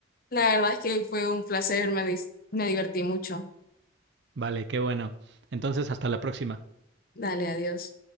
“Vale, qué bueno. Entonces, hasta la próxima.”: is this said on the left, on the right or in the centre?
Right